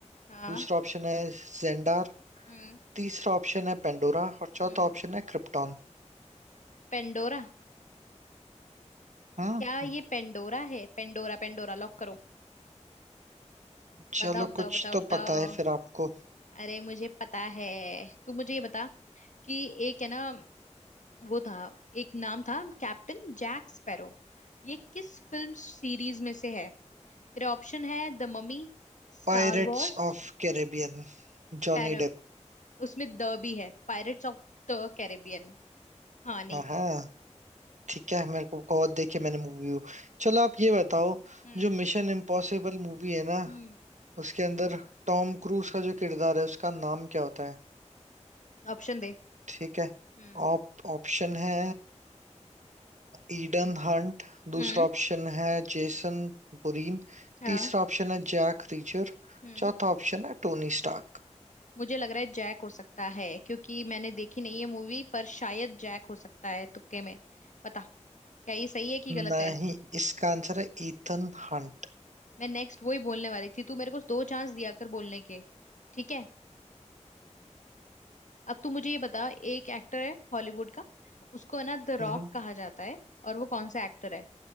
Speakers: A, on the left (about 85°); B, on the right (about 75°).
A: हाँ
B: दूसरा ऑप्शन है जेंडार
A: हम्म
B: तीसरा ऑप्शन है पेंडोरा और चौथा
A: हम्म
B: ऑप्शन है क्रिप्टॉन
A: पेंडोरा
B: हम्म
A: क्या ये पेंडोरा है पेंडोरा पेंडोरा लॉक करो
B: चलो
A: बताओ बताओ
B: कुछ
A: बताओ
B: तो
A: बताओ
B: पता है फिर आपको
A: अरे मुझे पता है तू मुझे ये बता कि एक है ना वो था एक नाम था कैप्टन जैक स्पैरो ये किस फिल्म सीरीज में से है तेरे ऑप्शन है द ममी स्टार
B: Pirates
A: वॉर्स
B: of Caribbean Johnny
A: पैर
B: Depp
A: उसमें द भी है पायरेट्स ऑफ द कैरेबियन हाँ नहीं
B: हाँ
A: तो
B: ठीक है मेरे को बहुत देखी मैंने मूवी वो चलो आप ये बताओ
A: हम्म
B: जो मिशन इम्पॉसिबल मूवी है ना
A: हम्म
B: उसके अंदर टॉम क्रूज का जो किरदार है उसका नाम क्या होता है
A: ऑप्शन दे
B: ठीक है
A: हम्म
B: ऑप ऑप्शन है ईडन हंट दूसरा
A: हम्म
B: ऑप्शन है जेसन बुरीन
A: हाँ
B: तीसरा ऑप्शन है जैक रीचर
A: हम्म
B: चौथा ऑप्शन है टोनी स्टार्क
A: मुझे लग रहा है जैक हो सकता है क्योंकि मैंने देखी नहीं है मूवी पर शायद जैक हो सकता है तुक्के में पता क्या ये सही है कि गलत
B: नहीं
A: है
B: इसका आंसर है ईथन हंट
A: मैं नेक्स्ट वही बोलने वाली थी तू मेरे को दो चांस दिया कर बोलने के ठीक है अब तू मुझे ये बता एक एक्टर है हॉलीवुड का उसको है ना द
B: <laughs>
A: रॉक कहा जाता है और वो कौन सा एक्टर है